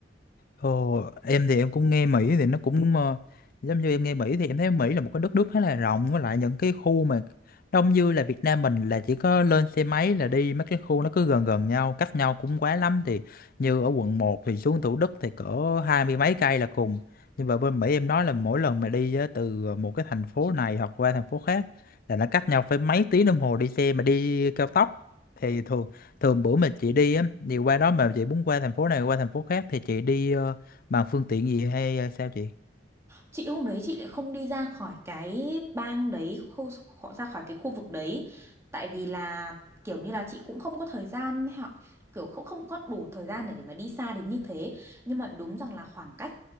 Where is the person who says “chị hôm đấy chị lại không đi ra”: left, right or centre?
Right